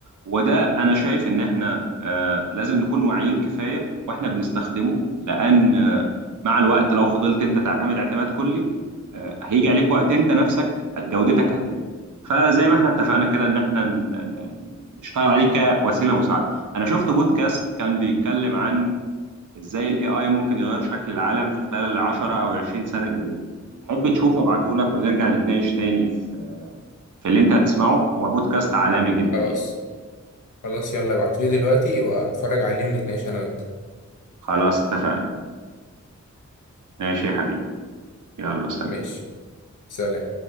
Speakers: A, on the right; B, on the left.
A: وده انا شايف ان احنا آه لازم نكون واعيين كفايه واحنا بنستخدمه لان آه مع الوقت لو فضلت انت تعتمد اعتماد كلي آه هيجي عليك وقت انت نفسك جودتك هتقل فزي ما احنا اتفقنا كده ان احنا ن- ن- ن- نشتغل عليه كوسيله مساعده انا شفت بودكاست كان بيتكلم عن ازاي الاي اي ممكن يغير شكل العالم في خلال العشرة او عشرين سنة الجايين تحب تشوفه ابعتهولك ونرجع نتناقش تاني في في اللي انت هتسمعه هو بودكاست عالمي جدا
B: خلاص
A: يعني
B: خلاص يلا ابعتولي دلوقتي واتفرج عليه ونتناقش انا وانت
A: خلاص اتفقنا ماشي يا حبيبي يلا سلام
B: ماشي سلام